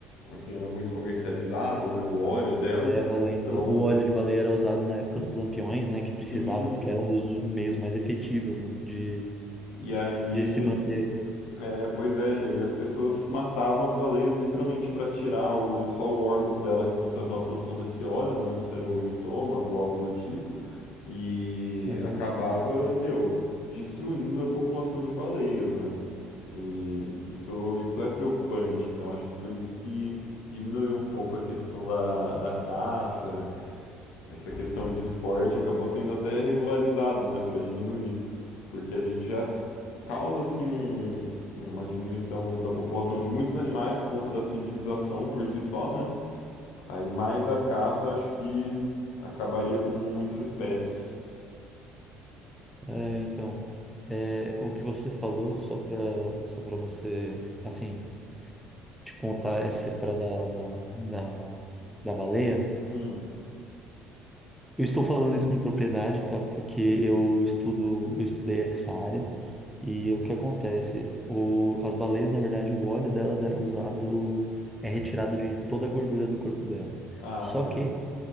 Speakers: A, on the left; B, in the centre.
A: assim, era muito comercializado, né, o óleo dela.
B: É, eu lembro.
A: Então,
B: O óleo de baleia era usado na época dos lampiões, né, que precisava,
A: sim,
B: porque era um dos meios mais efetivos assim, de
A: e aí
B: De se mantê-lo.
A: É, pois é, e aí as pessoas matavam as baleias literalmente para tirar o, só o órgão dela responsável pela produção desse óleo, não lembro se era o estômago ou algo do tipo, e
B: Aham.
A: acabava, meu, destruindo a população de baleias, né? E isso, isso é preocupante, então acho que por isso que diminuiu um pouco a questão da, da caça, essa questão de esporte acabou sendo até regularizado, né, para diminuir, porque a gente já causa assim um- uma diminuição da população de muitos animais por conta da civilização por si só, né? Aí mais a caça, acho que acabaria com muitas espécies.
B: É, então, é, o que você falou, só para só para você, assim, te contar essa história da, da, da, da baleia.
A: Hum,
B: Eu estou falando isso com propriedade, tá? Porque eu estudo, eu estudei essa área e o que acontece? O, as baleias, na verdade, o óleo delas era usado, é retirado de toda a gordura do corpo dela.
A: ah,
B: Só
A: tá.
B: que